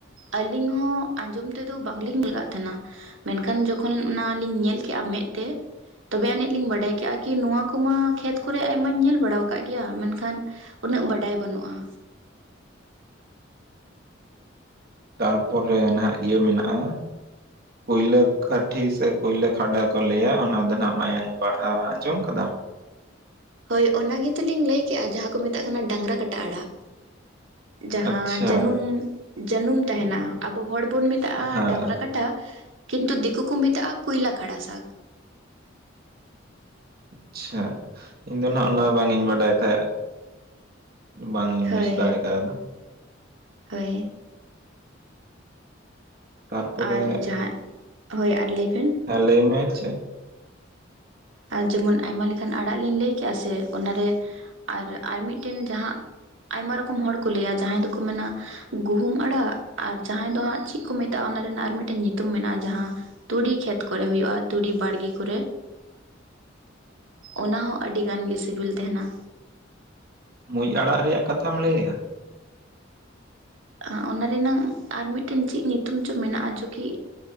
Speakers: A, on the right (about 85°); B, on the right (about 55°).
A: ᱟᱹᱞᱤᱧ ᱦᱚᱸ ᱟᱸᱡᱚᱢ ᱛᱮᱫᱚ ᱵᱟᱝᱞᱤᱧ ᱟᱞᱜᱟᱜ ᱛᱟᱸᱦᱮᱱᱟ। ᱢᱮᱱᱠᱷᱟᱱ ᱡᱚᱠᱷᱚᱱ ᱚᱱᱟᱞᱤᱧ ᱧᱮᱞ ᱠᱮᱜᱼᱟ ᱢᱮᱸᱫ ᱛᱮ, ᱛᱚᱵᱮ ᱟᱹᱱᱤᱡ ᱞᱤᱧ ᱵᱟᱰᱟᱭ ᱠᱮᱜᱼᱟ ᱠᱤ ᱱᱚᱣᱟ ᱠᱚᱢᱟ ᱠᱷᱮᱛ ᱠᱚᱨᱮ ᱟᱭᱢᱟᱧ ᱧᱮᱞ ᱵᱟᱲᱟᱣ ᱠᱟᱜ ᱜᱮᱭᱟ, ᱢᱮᱱᱠᱷᱟᱱ ᱩᱱᱟᱹᱜ ᱵᱟᱰᱟᱭ ᱵᱟᱹᱱᱩᱜᱼᱟ।
B: ᱛᱟᱨᱯᱚᱨᱮ ᱱᱟᱦᱟᱜ ᱤᱭᱟᱹ ᱢᱮᱱᱟᱜᱼᱟ। ᱠᱩᱭᱞᱟᱹ ᱠᱟᱴᱷᱤ ᱥᱮ ᱠᱩᱭᱞᱟᱹ ᱠᱷᱟᱰᱟ ᱠᱚ ᱞᱟᱹᱭᱟ ᱚᱱᱟ ᱫᱚ ᱱᱦᱟᱜ ᱢᱟᱭᱟᱝ ᱯᱟᱲᱦᱟᱣᱟ᱾ ᱟᱸᱡᱚᱢ ᱠᱟᱫᱟᱢ?
A: ᱦᱳᱭ ᱚᱱᱟ ᱜᱮᱛᱚᱞᱤᱧ ᱞᱟᱹᱭ ᱠᱮᱜᱼᱟ ᱡᱟᱦᱟᱸ ᱠᱚ ᱢᱮᱛᱟᱜ ᱠᱟᱱᱟ ᱰᱟᱝᱨᱟ ᱠᱟᱴᱟ ᱟᱲᱟᱜ। ᱡᱟᱦᱟᱸ
B: ᱟᱪᱪᱷᱟ
A: ᱡᱟᱹᱱᱩᱢ ᱡᱟᱹᱱᱩᱢ ᱛᱟᱦᱮᱱᱟ᱾ ᱟᱵᱚ ᱦᱚᱲ ᱵᱚᱱ ᱢᱤ ᱛᱟᱜᱼᱟ
B: ᱦᱮᱸ
A: ᱰᱟᱝᱨᱟ ᱠᱟᱴᱟ ᱠᱤᱱᱛᱩ ᱫᱤᱠᱩ ᱠᱚ ᱢᱮᱛᱟᱜᱼᱟ ᱠᱚᱩᱭᱞᱟ ᱠᱷᱟᱲᱟ ᱥᱟᱠ।
B: ᱟᱪᱪᱷᱟ, ᱤᱧ ᱫᱚ ᱱᱟᱜ ᱚᱱᱟ ᱵᱟᱝ ᱤᱧ ᱵᱟᱰᱟᱭ ᱛᱟᱦᱮᱸᱫ। ᱵᱟᱝᱤᱧ
A: ᱦᱳᱭ
B: ᱵᱩᱡ ᱫᱟᱲᱮ ᱠᱟᱣᱫᱟ।
A: ᱦᱳᱭ᱾
B: ᱛᱟᱨᱯᱚᱨᱮ
A: ᱟᱨ ᱡᱟᱦᱟᱸ, ᱦᱳᱭ ᱟᱨ ᱞᱟᱹᱭᱵᱤᱱ।
B: ᱦᱮᱸ ᱞᱟᱹᱭ ᱢᱮ ᱪᱮᱫ?
A: ᱟ ᱡᱮᱢᱚᱱ ᱟᱭᱢᱟ ᱞᱮᱠᱟᱱ ᱟᱲᱟᱜ ᱞᱤᱧ ᱞᱟᱹᱭ ᱠᱮᱜᱼᱟ ᱥᱮ ᱚᱱᱟᱨᱮ ᱟᱨ ᱟᱨ ᱢᱤᱫᱴᱮᱱ ᱡᱟᱦᱟᱸ ᱼᱼ ᱟᱭᱢᱟ ᱨᱚᱠᱚᱢ ᱦᱚᱲ ᱠᱚ ᱞᱟᱹᱭᱟ᱾ ᱡᱟᱦᱟᱸᱭ ᱫᱚᱠᱚ ᱢᱮᱱᱟ ᱼᱼ ᱜᱩᱦᱩᱢ ᱟᱲᱟᱜ ᱟᱨ ᱡᱟᱦᱟᱸᱭ ᱫᱚ ᱦᱟᱸᱜ ᱪᱤᱫ ᱠᱩ ᱢᱮᱛᱟᱜᱼᱟ ᱚᱱᱟ ᱨᱮᱱᱟᱜ ᱟᱨ ᱢᱤᱫᱴᱮᱱ ᱧᱩᱛᱩᱢ ᱢᱮᱱᱟᱜᱼᱟ, ᱡᱟᱦᱟᱸ ᱼᱼ ᱛᱩᱲᱤ ᱠᱷᱮᱛ ᱠᱚᱨᱮ ᱦᱩᱭᱩᱜᱼᱟ ᱛᱩᱲᱤ ᱵᱟᱲᱜᱤ ᱠᱚᱨᱮ। ᱚᱱᱟ ᱦᱚᱸ ᱟᱹᱰᱤ ᱜᱟᱱ ᱜᱮ ᱥᱤᱵᱤᱞ ᱛᱟᱸᱦᱮᱱᱟ।
B: ᱢᱩᱸᱡ ᱟᱲᱟᱜ ᱨᱮᱭᱟᱜ ᱠᱟᱛᱷᱟᱢ ᱞᱟᱹᱭᱮᱜᱼᱟ?
A: ᱟ ᱚᱱᱟ ᱨᱮᱱᱟᱝ ᱟᱨ ᱢᱤᱫᱴᱮᱱ ᱪᱮᱫ ᱧᱩᱛᱩᱢ ᱪᱚ ᱢᱮᱱᱟᱜᱼᱟ ᱡᱚ ᱠᱤ ᱼᱼ